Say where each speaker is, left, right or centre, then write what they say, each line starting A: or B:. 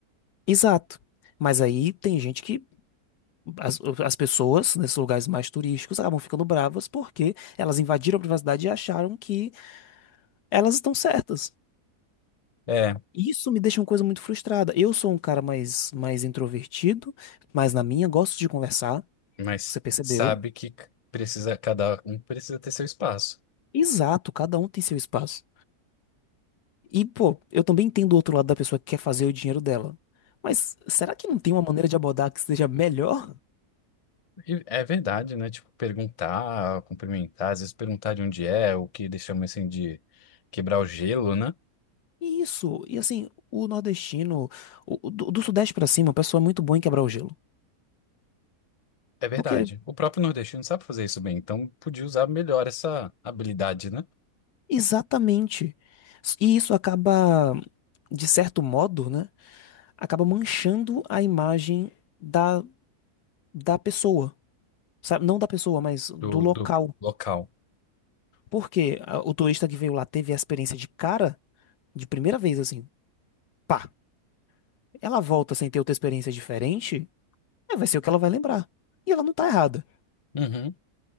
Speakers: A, on the left; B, on the left.
A: Exato. Mas aí tem gente que As, as pessoas nesses lugares mais turísticos acabam ficando bravas porque elas invadiram a privacidade e acharam que elas estão certas.
B: É,
A: Isso me deixa uma coisa muito frustrada. Eu sou um cara mais, mais introvertido, mas na minha gosto de conversar,
B: mas
A: você percebeu?
B: sabe que c- precisa, cada um precisa ter seu espaço.
A: Exato, cada um tem seu espaço. E, pô, eu também entendo o outro lado da pessoa que quer fazer o dinheiro dela. Mas será que não tem uma maneira de abordar que seja melhor?
B: E é verdade, né? Tipo, perguntar, cumprimentar, às vezes perguntar de onde é, o que eles chamam assim de quebrar o gelo, né?
A: Isso, e assim, o nordestino, o- o do, do sudeste pra cima, o pessoal é muito bom em quebrar o gelo.
B: É verdade.
A: Porque
B: O próprio nordestino sabe fazer isso bem, então podia usar melhor essa habilidade, né?
A: Exatamente. E isso acaba, de certo modo, né? Acaba manchando a imagem da, da pessoa. Sabe? Não da pessoa, mas do
B: do,
A: local.
B: do local.
A: Porque a- o turista que veio lá teve a experiência de cara, de primeira vez, assim, pá, ela volta sem ter outra experiência diferente, é, vai ser o que ela vai lembrar. E ela não tá errada.
B: Uhum,